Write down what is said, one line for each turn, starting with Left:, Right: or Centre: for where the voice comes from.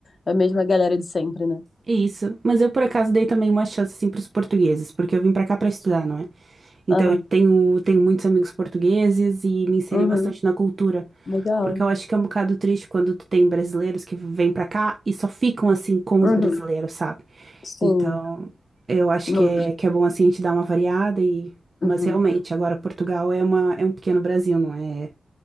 Left: A mesma galera de sempre, né?
Right: Isso, mas eu por acaso dei também uma chance assim para os portugueses, porque eu vim para cá para estudar, não é? Então
Left: Aham,
Right: eu tenho, tenho muitos amigos portugueses e me inseri
Left: uhum,
Right: bastante na cultura,
Left: legal.
Right: porque eu acho que é um bocado triste quando tu tem brasileiros que vêm para cá e só ficam assim com
Left: Uhum,
Right: os brasileiros, sabe?
Left: sim.
Right: Então eu acho
Left: Uhum,
Right: que é, que é bom assim a gente dar uma variada e mas
Left: uhum.
Right: realmente agora Portugal é uma é um pequeno Brasil, não é?